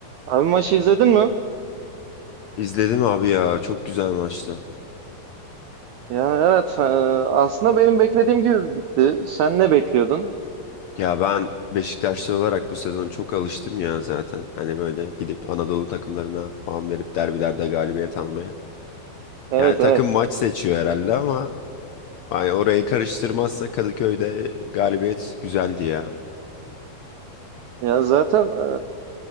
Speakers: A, on the right (about 80°); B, on the left (about 90°).
A: Abi maçı izledin mi?
B: İzledim abi ya çok güzel maçtı.
A: Ya evet e, aslında benim beklediğim gibi bitti. Sen ne bekliyordun?
B: Ya ben Beşiktaşlı olarak bu sezon çok alıştım ya zaten. Hani böyle gidip Anadolu takımlarına puan verip derbilerde galibiyet almaya.
A: Evet
B: Yani takım
A: evet.
B: maç seçiyor herhalde ama hani orayı karıştırmazsa Kadıköy'de galibiyet güzeldi ya.
A: Ya zaten e,